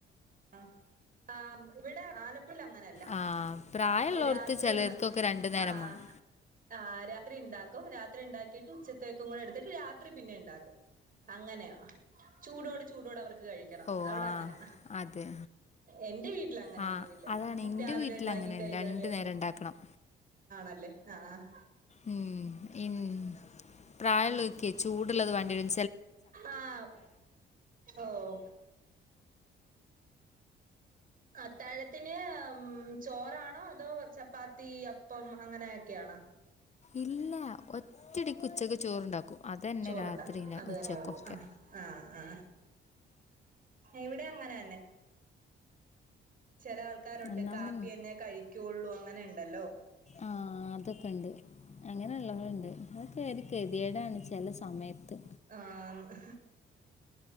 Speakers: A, on the right; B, on the left.
A: അ ആഹ് ഇവിടെ ആലപ്പുഴല് അങ്ങ ന്നല്ല
B: ആ പ്രായമുള്ളവർക്ക്
A: രാത്രി
B: ചിലർക്കൊക്കെ
A: ഉണ്ടാക്കും
B: രണ്ട് നേരം
A: ആഹ്
B: വേണം
A: ആഹ് രാത്രി ഇണ്ടാക്കും രാത്രി ഇണ്ടാക്കീട്ട് ഉച്ചത്തേക്കും കൂടെ എടുത്തിട്ട് രാത്രി പിന്നേം ഇണ്ടാക്കും അങ്ങനെയൊ ചൂടോട് ചൂടോട് അവർക്ക് കഴിക്കണം
B: ഓ
A: അവ്ടങ്ങനാ.
B: ആ അതെ
A: എന്റെ വീട്ടിൽ അങ്ങനെയൊന്നുവില്ല.
B: ആ അതാണ് എൻ്റെ
A: രാവിലെ
B: വീട്ടിൽ
A: ണ്ടാക്കി
B: അങ്ങനെയാണ്
A: കഴഞ്ഞാ
B: രണ്ട്
A: അതന്നെ
B: നേരം ഉണ്ടാക്കണം
A: ല്ല ആഹ്
B: ഉം ഉം പ്രായൊള്ളൊര്ക്കേ ചൂട്ള്ളത് വാണ്ടിരും.
A: ആഹ് ഓഹ് അത്താഴത്തിന് ചോറാണോ അതോ ചപ്പാത്തി അപ്പം അങ്ങനേക്കെയാണോ?
B: ഇല്ലാ ഒ- ഒറ്റടിക്ക് ഉച്ചക്ക് ചോർണ്ടാക്കും അതന്നെ
A: ചോറുണ്ടാക്കും
B: രാത്രില്ല
A: അത്
B: ഉച്ചക്കൊക്കെ
A: തന്നെ ഉള്ളു ആ ആ ആ ഇവിടെ അങ്ങനന്നെ ചിലാൾക്കാരൊണ്ട്
B: ഒന്നാമത്
A: കാപ്പിയന്നെ കഴിക്കൊള്ളൂ അങ്ങനെണ്ടല്ലോ
B: ആഹ് അതക്കെണ്ട്. അങ്ങനൊള്ളവര്ണ്ട് അതൊക്കെ ഒര് ഗതിയേടാണ് ചെലസമയത്ത്.
A: ആന്ന്